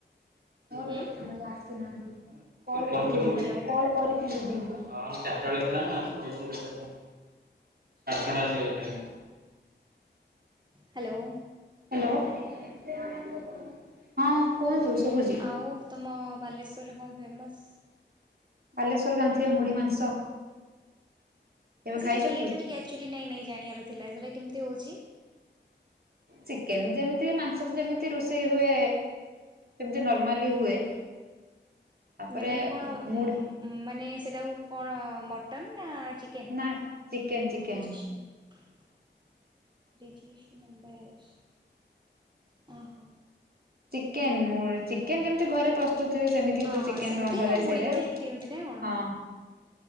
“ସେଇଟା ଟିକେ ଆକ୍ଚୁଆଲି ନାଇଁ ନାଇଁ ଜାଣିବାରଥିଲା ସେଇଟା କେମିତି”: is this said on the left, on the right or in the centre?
Right